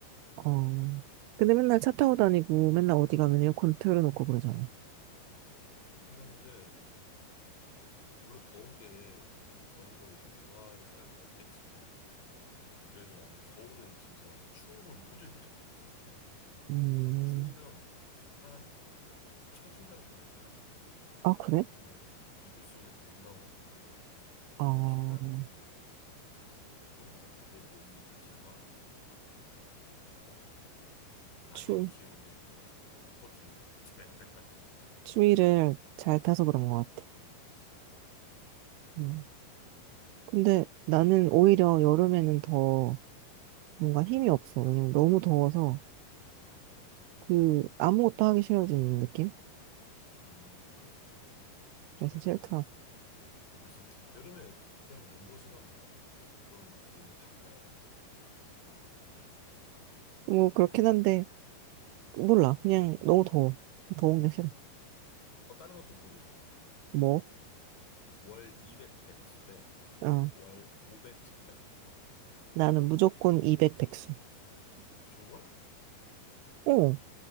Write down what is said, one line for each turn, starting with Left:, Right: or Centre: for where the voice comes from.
Right: 어. 근데 맨날 차 타고
Left: 음,
Right: 다니고 맨날 어디 가면 에어컨 틀어놓고 그러잖아.
Left: 그렇긴 한데, 물론 더운 게, 더운 걸 좀 좋아하는 사람은 없겠지만, 그래도 나는 겨울은 진짜 추운 건 도저히 못 참겠더라고.
Right: 음.
Left: 추우면 사람이 좀 더 처진다고 해야 되나?
Right: 아, 그래?
Left: 맨날 이불 속에서 못 나오게 되고.
Right: 아,
Left: 맨날 피곤한 느낌이고 뭐 그런 것 같아. 내 몸이 자체가 조금 어 낮은
Right: 추,
Left: 기온에 좀 못 버티는 것 같아. <laughs>
Right: 추위를 잘 타서
Left: 음
Right: 그런 것 같아.
Left: 그런가 봐.
Right: 음. 근데 나는 오히려 여름에는 더 뭔가 힘이
Left: 음,
Right: 없어. 왜냐면 너무 더워서
Left: 음,
Right: 그 아무것도 하기 싫어지는 느낌?
Left: 음
Right: 그래서
Left: 여름
Right: 싫더라.
Left: <laughs> 여름에 그럼 몸보신 하면 되잖아. 그러면 난 기운이 확 날아간대.
Right: 뭐 그렇긴
Left: 아니야?
Right: 한데 몰라 그냥 너무 더워 더운 게 싫어
Left: 어 다른 것도 물어보고 싶은데
Right: 뭐?
Left: 월 200 백수 대월
Right: 어
Left: 500 직장인.
Right: 나는 무조건 200 백수
Left: 어, 정말?
Right: 어